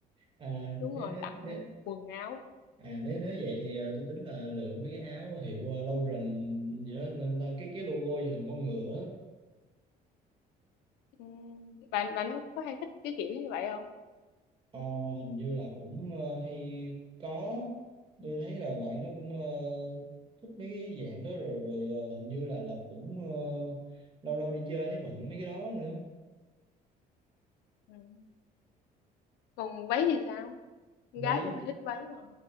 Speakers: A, on the right (about 30°); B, on the left (about 80°).
A: à,
B: đúng
A: nếu
B: rồi
A: nếu
B: tặng
A: nếu
B: quần áo
A: À nếu nếu vậy thì ờ, tôi tính là lựa mấy cái áo hiệu uh, Lauren gì đó nên là cái cái logo gì hình con ngựa á.
B: Ừm, bạn bạn có, có hay thích cái kiểu như vậy không
A: Ờ, hình như là cũng ờ, hay có tôi thấy là bạn nó cũng ờ, thích mấy cái dạng đó rồi rồi ờ, hình như là là cũng ờ, lâu lâu đi chơi thấy bận mấy cái đó nữa
B: Ừm. còn váy thì sao con
A: váy
B: gái cũng hay thích váy mà